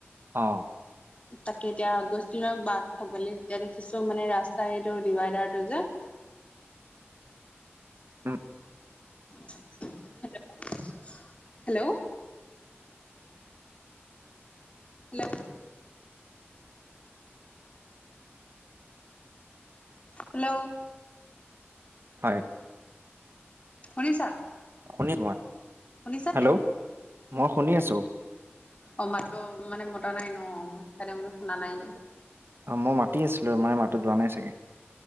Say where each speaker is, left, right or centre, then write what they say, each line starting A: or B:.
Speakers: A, on the right; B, on the left.
A: অ,
B: তাকে এতিয়া গৈছিলো নহৈ বাক থবলৈ তেতিয়া দেখিছো মানে ৰাস্তা এইটো ডিভাইডাৰটো যে।
A: উ,
B: <unintelligible> হেল্ল', হেল্ল' হেল্ল'
A: হয়,
B: শুনিছা।
A: শুনি
B: শুনিছা
A: হেল্ল মই শুনি আছো।
B: অমাতো মানে মতা নাই ন সেইকাৰণে মানে শুনা নাই নেকি
A: অঁ, মই মাতি আছিলো মানে মাতটো যোৱা নাই চাগে।